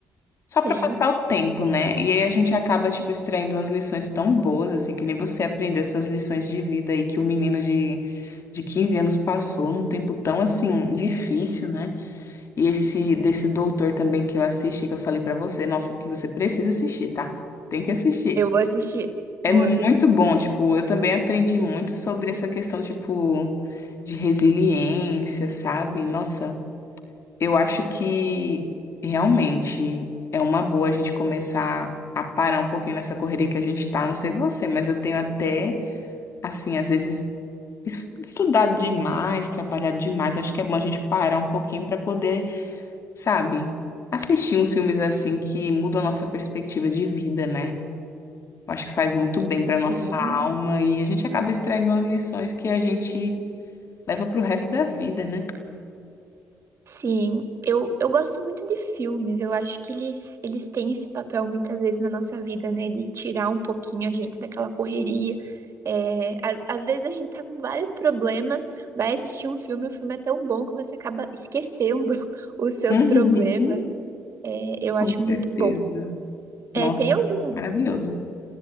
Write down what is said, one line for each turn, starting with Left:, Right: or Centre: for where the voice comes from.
Left: Só
Right: Sim,
Left: pra passar o tempo, né? E aí a gente acaba, tipo, extraindo umas lições tão boas, assim, que nem você aprendeu essas lições de vida aí que o menino de, de 15 anos passou num tempo tão, assim, difícil, né? E esse desse doutor também que eu assisti, que eu falei pra você, nossa, que você precisa assistir, tá? Tem que assistir.
Right: eu vou assistir.
Left: É
Right: Vou,
Left: muito bom, tipo, eu também aprendi muito sobre essa questão, tipo, de resiliência, sabe? Nossa, eu acho que realmente é uma boa a gente começar a parar um pouquinho nessa correria que a gente tá, não sei você, mas eu tenho até, assim, às vezes es- estudado demais, trabalhado demais, acho que é bom a gente parar um pouquinho pra poder Sabe, assistir uns filmes assim que mudam a nossa perspectiva de vida, né? Eu acho que faz muito bem pra nossa
Right: sim.
Left: alma e a gente acaba extraindo umas lições que a gente leva pro resto da vida, né?
Right: Sim, eu, eu gosto muito de filmes. Eu acho que eles, eles têm esse papel muitas vezes na nossa vida, né? De tirar um pouquinho a gente daquela correria. É, às, às vezes a gente tá com vários problemas, vai assistir um filme, o filme é tão bom que você acaba esquecendo <laughs> os seus
Left: Uhum,
Right: problemas. É, eu
Left: com
Right: acho
Left: certeza.
Right: muito bom.
Left: Nossa,
Right: É, tem algum,
Left: maravilhoso.